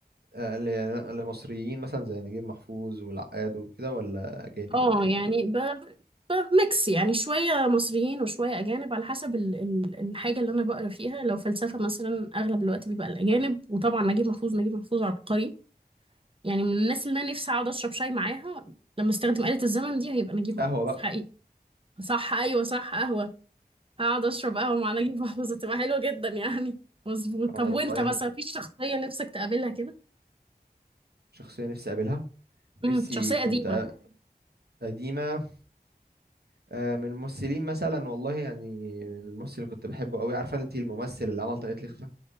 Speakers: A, on the right; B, on the right.
A: آه، اللي اللي مصريين مثلا زي نجيب محفوظ والعقاد وكده ولا أجانب
B: اه
A: ولا إيه؟
B: يعني ب... بميكس يعني شوية مصريين وشوية أجانب على حسب ال... ال... الحاجة اللي أنا بقرا فيها لو فلسفة مثلا أغلب الوقت بيبقى الأجانب وطبعا نجيب محفوظ نجيب محفوظ عبقري يعني من الناس اللي انا نفسي اقعد اشرب شاي معاها لما استخدم آلة الزمن دي هيبقى نجيب محفوظ
A: قهوة بقى
B: حقيقي صح ايوه صح قهوة هقعد اشرب قهوة مع نجيب محفوظ هتبقى حلوة جدا يعني مظبوط
A: والله
B: طب وانت بس مفيش شخصية نفسك تقابلها كده
A: شخصية نفسي أقابلها
B: امم
A: نفسي
B: شخصية
A: كنت
B: قديمة
A: أ- قديمة آه، من الممثلين مثلا والله يعني من الممثل اللي كنت بحبه قوي عارفة أنت الممثل اللي عمل طاقية الإخفاء